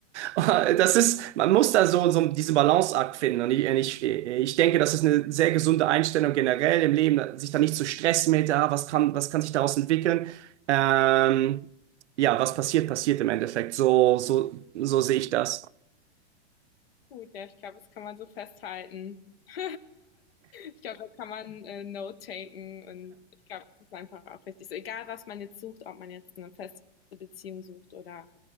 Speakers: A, on the right; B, on the left.
A: Das ist, man muss da so, so diesen Balanceakt finden. Und ich, ich, ich denke, das ist eine sehr gesunde Einstellung generell im Leben, sich da nicht zu stressen mit, ah, was kann, was kann sich daraus entwickeln. Ähm, ja, was passiert, passiert im Endeffekt. So, so, so sehe ich das.
B: <laughs> Gut, ja, ich glaube, das kann man so festhalten. <laughs> ich glaube, da kann man äh, Note taken und ich glaube, das ist einfach auch richtig. So, egal, was man jetzt sucht, ob man jetzt eine feste Beziehung sucht oder